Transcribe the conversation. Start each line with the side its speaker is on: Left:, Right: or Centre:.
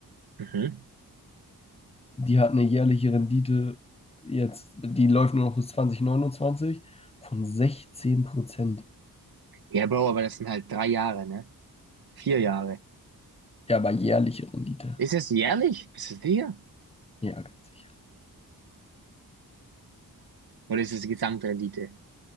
Right: Mhm.
Left: Die hat eine jährliche Rendite jetzt, die läuft nur noch bis 2029 von 16 Prozent.
Right: Ja, Bro, aber das sind halt drei Jahre, ne? Vier Jahre.
Left: Ja, aber jährliche Rendite.
Right: Ist das jährlich? Bist du sicher?
Left: Ja, ganz sicher.
Right: Oder ist das die Gesamtrendite?